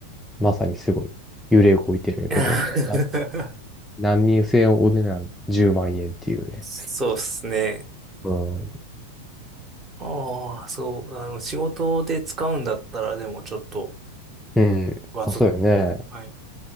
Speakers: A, in the centre; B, on the right.
A: まさにすごい揺れ動いてるんやけど、
B: <laughs>
A: な何人制お値段10万円っていうね。
B: そうっすね。
A: うん。
B: ああ、そう、あの、仕事で使うんだったら、でもちょっと、
A: うん。
B: ガツッ、
A: あ、そうやね。
B: はい、